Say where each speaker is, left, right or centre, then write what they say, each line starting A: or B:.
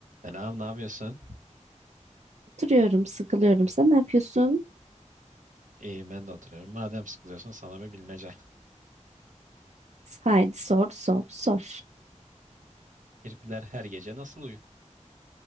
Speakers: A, on the right (about 85°); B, on the right (about 60°).
A: Selam, ne yapıyorsun?
B: Oturuyorum, sıkılıyorum. Sen ne yapıyorsun?
A: İyiyim, ben de oturuyorum. Madem sıkılıyorsun sana bir bilmece.
B: Haydi sor, sor, sor.
A: Kirpiler her gece nasıl uyur?